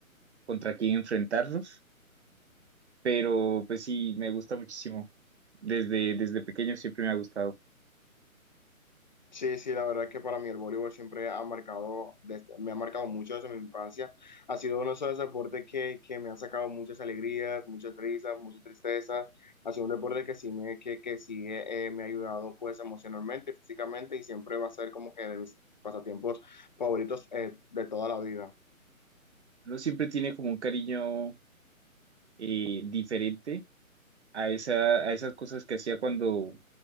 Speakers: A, on the right (about 50°); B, on the left (about 30°).
A: contra quién enfrentarnos, pero pues sí, me gusta muchísimo. Desde, desde pequeño siempre me ha gustado.
B: Sí, sí, la verdad es que para mí el voleibol siempre ha marcado, desde- me ha marcado mucho desde mi infancia. Ha sido uno de esos deportes que, que me ha sacado muchas alegrías, muchas risas, muchas tristezas. Ha sido un deporte que sí me, que, que sí, eh, eh, me ha ayudado pues emocionalmente, físicamente y siempre va a ser como que de mis pasatiempos favoritos eh, de toda la vida.
A: Uno siempre tiene como un cariño eh, diferente a esa, a esas cosas que hacía cuando,